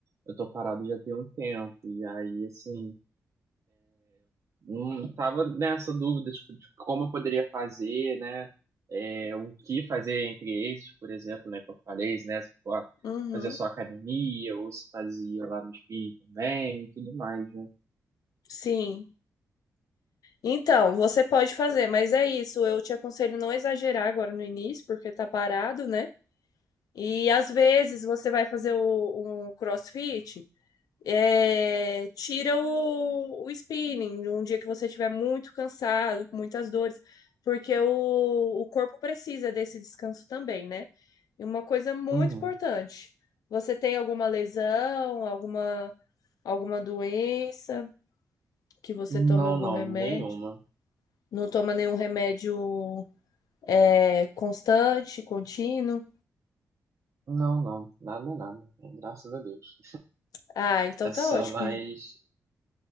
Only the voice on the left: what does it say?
Uhum.
Sim, Então, você pode fazer, mas é isso. Eu te aconselho não exagerar agora no início, porque tá parado, né? E às vezes você vai fazer o, o CrossFit, é, tira o, o spinning, um dia que você estiver muito cansado, com muitas dores, porque o, o corpo precisa desse descanso também, né? E uma coisa muito
importante: você tem alguma lesão, alguma, alguma doença, que você
tome algum
remédio?
Não toma nenhum remédio é, constante, contínuo.
Ah, então
tá
ótimo.